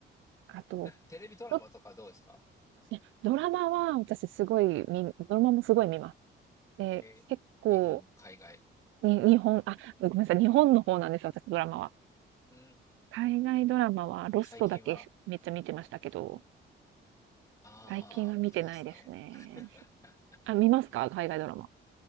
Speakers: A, on the right; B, on the left.
A: あと、
B: ー、テレビドラマとかどうですか
A: どっちドラマは私すごいみドラマもすごい見ます。で、
B: えー、
A: 結構、
B: 日本、海外。
A: に日本、あ、ごめんなさい、日本の方なんですよ、私ドラマは。
B: うん、
A: 海外ドラマはロストだけめっちゃ見てましたけど、
B: 最近は、あー、
A: 最近は見てないですね。
B: 見てないですね。<laughs>
A: あ、見ますか海外ドラマ。